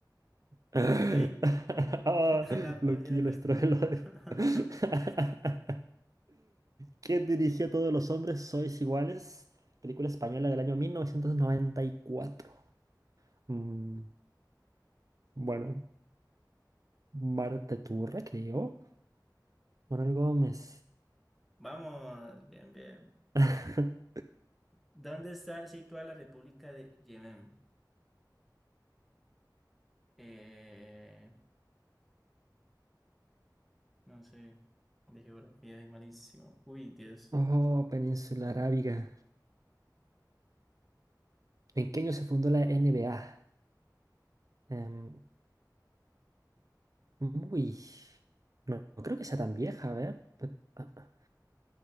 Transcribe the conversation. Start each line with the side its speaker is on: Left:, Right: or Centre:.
Right: <laughs>
Centre: Ay,
Right: Ah,
Centre: <laughs> la
Right: loquillo,
Centre: polla récord.
Right: estruelo.
Centre: <laughs>
Right: <laughs> ¿Quién dirigió Todos los hombres sois iguales? Película española del año 1994. Mm, bueno. Marta Turra, creo. Manuel Gómez.
Centre: Vamos, bien, bien.
Right: <laughs>
Centre: ¿Dónde está situada la República de Yemen? Eh, No sé, de geografía y malísimo. Uy, Dios.
Right: Oh, Península Arábiga. ¿En qué año se fundó la NBA? Em, uy, no, no creo que sea tan vieja, a ver. pe- ah, ah,